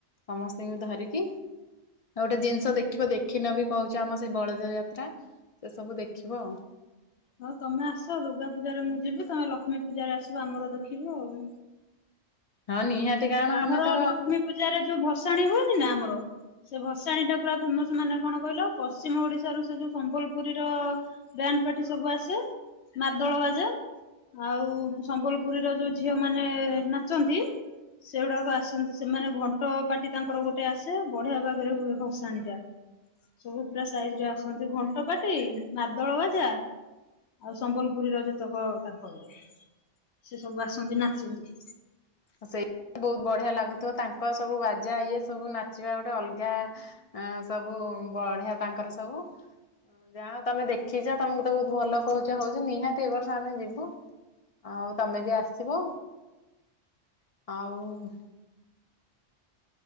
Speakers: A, on the left; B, on the left.
A: ସମସ୍ତଙ୍କୁ ଧରିକି। ଆଉ ଗୋଟେ ଜିନିଷ ଦେଖିବ ଦେଖିନ ବି କହୁଛ ଆମ ସେଇ ବଳଦ ଯାତ୍ରା ସେ ସବୁ ଦେଖିବ ଆଉ।
B: ହଁ ତମେ ଆସ ଦୁର୍ଗା ପୂଜାରେ ମୁଁ ଯିବି ତମେ ଲକ୍ଷ୍ମୀ ପୂଜାରେ ଆସିବ ଆମର ଦେଖିବ ଆଉ।
A: ହଁ ନିହାତି। କାରଣ
B: ଆମର
A: ଆମେ ତ ହଁ
B: ଲକ୍ଷ୍ମୀ ପୂଜାରେ ଯୋଉ ଭସାଣି ହୁଏନି ନା ଆମର ସେ ଭସାଣିୀ ଟା ପୁରା ଫେମସ ମାନେ କଣ କହିଲ ପଶ୍ଚିମ ଓଡିଶା ରୁ ସେ ଯୋଉ ସମ୍ବଲପୁରୀର ବ୍ୟାଣ୍ଡ ପାର୍ଟି ସବୁ ଆସେ ମାଦଳ ବାଜା ଆଉ ସମ୍ବଲପୁରୀର ଯୋଉ ଝିଅ ମାନେ ନାଚନ୍ତି। ସେଗୁଡାକ ଆସନ୍ତି ସେମାନେ ଘଣ୍ଟ ପାଟି ତାଙ୍କର ଗୋଟେ ଆସେ ବଢିଆ ଭାଗରେ ହୁଏ ଭସାଣି ଟା ସବୁ ପୁରା ସାଇଜ ରେ ଆସନ୍ତି ଘଣ୍ଟ ପାଟି ମାଦଳ ବାଜା ଆଉ ସମ୍ବଲପୁରୀର ଯେତେକ ତାଙ୍କ ଇଏ। ସେ ସବୁ ଆସନ୍ତି ନାଚଛନ୍ତି।
A: ସେଇ ବହୁତ ବଢିଆ ଲାଗୁଥିବ ତାଙ୍କ ସବୁ ବାଜା ଇଏ ସବୁ ନାଚିବା ଗୋଟେ ଅଲଗା ସବୁ ବଢିଆ ତାଙ୍କର ସବୁ ଯାହା ତମେ ଦେଖିଛ ତମକୁ ତ ବହୁତ ଭଲ କହୁଛ ହଉଛ ନିହାତି ଏ ବର୍ଷ ଆମେ ଯିବୁ ଆଉ ତମେ ବି ଆସିବ। ଆଉ।